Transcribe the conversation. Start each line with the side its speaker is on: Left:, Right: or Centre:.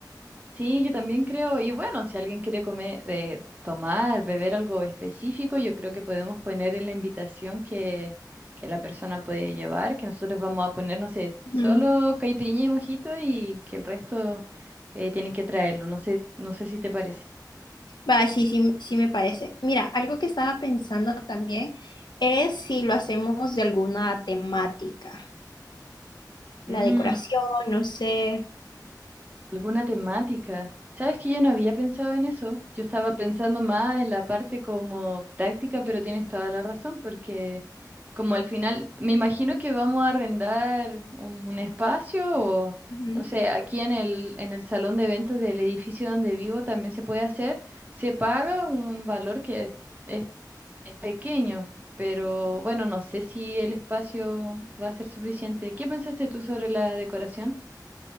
Right: Sí, yo también creo, y bueno, si alguien quiere comer, eh, tomar, beber algo específico, yo creo que podemos poner en la invitación que, que la persona puede llevar, que nosotros vamos a poner, no sé, solo
Left: Ujú.
Right: caipirinha y mojito y que el resto eh, tienen que traerlo, no sé, no sé si te parece.
Left: Va, sí, sí, sí me parece. Mira, algo que estaba pensando también es si lo hacemos de alguna temática, la
Right: Mm.
Left: decoración, no sé.
Right: alguna temática. Sabes que yo no había pensado en eso. Yo estaba pensando más en la parte como práctica, pero tienes toda la razón, porque como al final, me imagino que vamos a arrendar un, un espacio o,
Left: Ujú.
Right: no sé, aquí en el, en el salón de eventos del edificio donde vivo también se puede hacer. Se paga un valor que es, es es pequeño, pero bueno, no sé si el espacio va a ser suficiente. ¿Qué pensaste tú sobre la decoración?